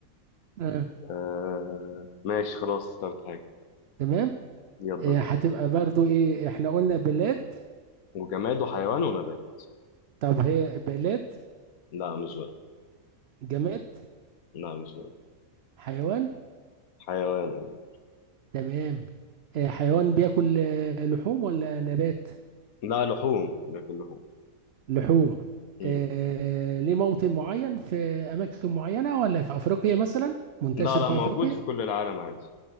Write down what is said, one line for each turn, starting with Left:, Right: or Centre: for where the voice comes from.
Right: آه.
Left: آه... ماشي خلاص اخترت حاجه
Right: تمام
Left: يلا
Right: آه،
Left: بينا
Right: هتبقى برضو ايه احنا قلنا بلاد
Left: وجماد وحيوان ونبات
Right: طب هي بلاد
Left: لا مش بلد
Right: جماد
Left: لا مش بلد
Right: حيوان
Left: حيوان والله.
Right: تمام آه، حيوان بياكل آه، لحوم ولا نبات
Left: لا لحوم بياكل لحوم
Right: لحوم
Left: مم.
Right: آه، آه، ليه موطن معين في أماكن معينة ولا في أفريقيا مثلا منتشر
Left: لا لا
Right: في
Left: موجود
Right: أفريقيا
Left: في كل العالم عادي